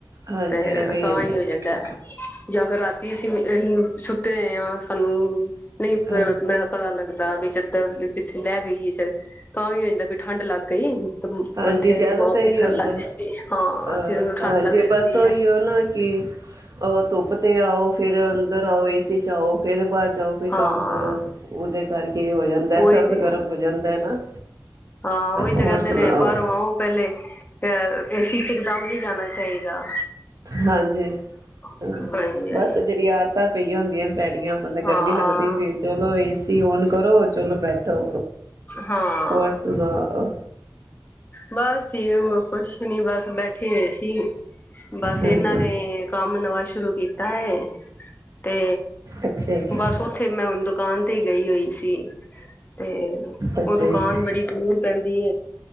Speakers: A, on the right; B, on the left.
A: ਹਾਂਜੀ
B: ਤੇ
A: ਐਵੇਂ
B: ਤਾਂ
A: ਆ
B: ਹੀ
A: ਬਸ
B: ਹੋ ਜਾਂਦਾ। ਜਾਂ ਫਿਰ ਰਾਤੀ ਅਸੀਂ ਸੁਤੇ ਅ ਸਾਨੂੰ ਨਹੀਂ
A: ਹਾਂਜੀ
B: ਮੇਰਾ ਪਤਾ ਲੱਗਦਾ। ਦਾ ਵੀ ਚਦਰ ਪੱਥੇ ਲੈ ਗਈ। ਤਾਂ ਵੀ ਹੋ ਜਾਂਦਾ ਵੀ ਠੰਢ ਲੱਗ ਗਈ
A: ਹਾਂਜੀ
B: ਮੱਥੇ
A: ਜਿਆਦਾ
B: ਦਿਮਾਗ
A: ਤਾਂਹੀ
B: ਤੇ ਠੰਢ
A: ਹੁੰਦਾ,
B: ਲੱਗ ਜਾਂਦੀ ਹੈ ਹਾਂ
A: ਅਹ
B: ਸਿਰ ਨੂੰ ਠੰਢ
A: ਹਾਂਜੀ
B: ਲੱਗ ਜਾਂਦੀ
A: ਬਸ ਉਹੀ
B: ਹੈ
A: ਉਹ ਨਾ ਕਿ ਉਹ ਧੁੱਪ ਅਤੇ ਆਓ ਫਿਰ ਅੰਦਰ ਆਓ ਏ ਸੀ ਚ ਆਓ, ਫਿਰ ਬਾਹਦ ਜਾਓ, ਕੋਈ
B: ਹਾਂ
A: ਕੰਮ ਕਰੋ ਉਹਦੇ ਕਰਕੇ ਹੋ ਜਾਂਦਾ
B: ਉਹੀ
A: ਸਰਦ
B: ਤੇ
A: ਗਰਮ ਹੋ ਜਾਂਦਾ ਹੈ ਨਾ।
B: ਹਾਂ ਉਹੀ ਤੇ
A: ਹੋਰ
B: ਕਹਿੰਦੇ
A: ਸੁਣਾਓ
B: ਨੇ ਬਾਹਰੋਂ ਆਓ ਪਹਿਲੇ ਅ ਏਸੀ ਚ ਇੱਕ ਦਮ ਨਹੀਂ ਜਾਣਾ ਚਾਹੀਦਾ।
A: ਹਾਂਜੀ ਹ
B: ਹਾਂਜੀ ਹਾਂਜੀ
A: ਬਸ ਜਿਹੜੀ ਆਦਤਾਂ ਪਈਆਂ ਹੁੰਦੀ। ਪੇਡੀਆਂ ਬੰਦਾ
B: ਹਾਂ
A: ਗਰਮੀ ਲੱਗਦੀ ਵੀ ਚਲੋ। ਟੀਵੀ ਓਨ ਕਰੋ ਚਲੋ ਬੈਠੋ
B: ਹਾਂ
A: ਹੋਰ ਸੁਣਾ? ਹ।
B: ਬਸ ਠੀਕ ਕੁਛ ਨੀ ਬਸ ਬੈਠੇ ਹੋਏ ਸੀ ਬਸ। ਤੇ
A: ਹਾਂਜੀ
B: ਇਹਨਾਂ ਨੇ ਕੰਮ ਨਵਾਂ ਸ਼ੁਰੂ ਕੀਤਾ ਹੈ। ਹਮ। ਤੇ
A: ਅੱਛਾ ਜੀ
B: ਬਸ ਉਓਥੇ ਮੈਂ ਦੁਕਾਨ ਤੇ ਗਈ ਹੋਈ ਸੀ ਤੇ
A: ਅੱਛਾ
B: ਉਹ ਦੁਕਾਨ ਬੜੀ ਦੂਰ ਪੈਂਦੀ।